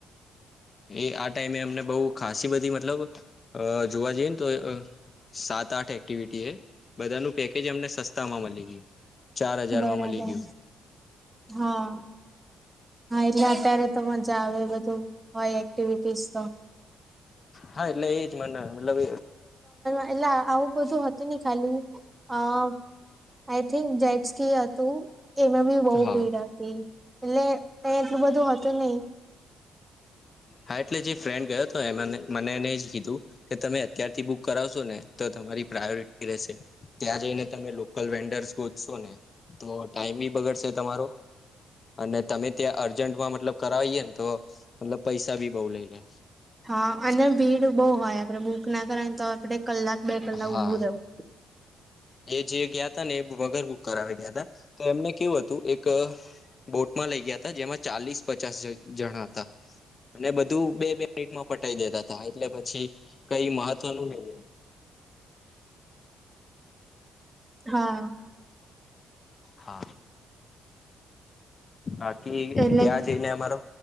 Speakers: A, on the left; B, on the right.
A: એ આ ટાઈમે અમને બહ ખાાસસી બધી મતલબ જોવા જઈએ ને તો સાત આઠ એક્ટિવિટી એ બધાનું પેકેજ અમને સસ્તામાં મળી ગયું. ચાર હજારમાં
B: બરાબર
A: મળી ગયું
B: હા હા એટલે અત્યારે તો મજા આવે બધું હોય એક્ટિવિટીઝ તો
A: હા એટલે એજ મને મતલબ.
B: એલા આવું બધું હત ન. ખાલી આ આઈ થિંક જેટ્સ ક હતું. એમાં બી બઉુ
A: હા
B: ભીડ હતી એટલે ત્યાં એટલું બધું હત. તહી.
A: હા એટલે જે ફ્રેન્ડ ગયો તો એ મને એને જ કીધું કે તમે અત્યારથી બુક કરાવશો ને તો તમારી પ્રાયોરિટી રહેશે ત્યાં જઈને તમે લોકલ વેન્ડર્સ ગોચશો ને તો ટાઈમ બી બગડશે તમારો અને તમે ત્યાં અર્જન્ટમાં મતલબ કરાવએ ને તો મતલબ પૈસા ભી બઉુ લઈ લે.
B: હા અને ભીડ બહુ હોય આપડે બુક ના કર તો આપણે કલાક બે કલાક
A: હા
B: ઉઊભું રહેવું.
A: એ જે ગયા તા ને એ વગર. કરાવી ગયા હતા તો એમને કેવું હતું એક બોટ માં લઇ ગયા હતા જેમાં ચાલીસ પચાસ જણા હતા અને બધું બે બે મિનિટમાં પટી દેતા હતાા એટલે પછી કઈ મહત્વનું નહ એ
B: હા.
A: હા. અ <unintelligible> કે
B: એટલે
A: ત્યાં જઈને અમારો